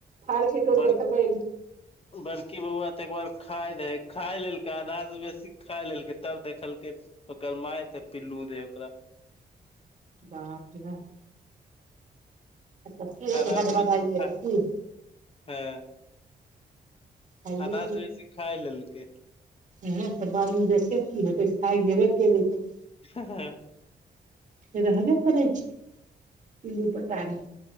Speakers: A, on the right; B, on the left.
A: फारके तो
B: बड़
A: देखबै
B: बड़की बौआ तऽ एकबार खाय रहै खाय लेलकै आधा से बेसी खाय लेलकै तब देखलकै ओकर माय तऽ पिल्लू रहै ओकरा
A: बाप रे बा अच्छा की होतै
B: आधा
A: हैदबादयै
B: से बेसी खा
A: ऐ तऽ की
B: हँ
A: खाइये
B: आधा सऽ बेसी खाय लेलकै
A: इहे तऽ बादमे देखे की होेतै खाय गेबे के ले तऽ
B: ह ह
A: से रहबे करै छै पिलु-पटारी